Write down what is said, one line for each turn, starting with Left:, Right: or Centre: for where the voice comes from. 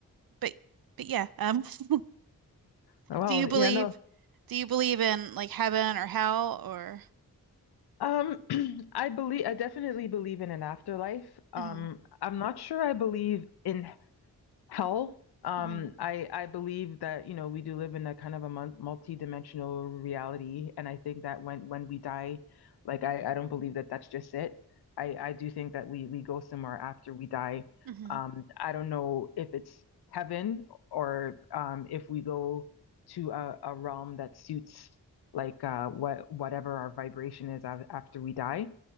Right: but but yeah, um <laughs>
Left: Well,
Right: Do you believe
Left: yeah, no.
Right: do you believe in like heaven or hell or
Left: Um, <clears throat> I believe I definitely believe in an afterlife. Um,
Right: Mhm,
Left: I'm not sure I believe in hell. Um,
Right: mhm,
Left: I I believe that, you know, we do live in a kind of a multi-dimensional reality, and I think that when when we die, like I I don't believe that that's just it. I I do think that we we go somewhere after we die.
Right: mhm.
Left: Um, I don't know if it's heaven or um if we go to a, a realm that suits like uh what whatever our vibration is af- after we die.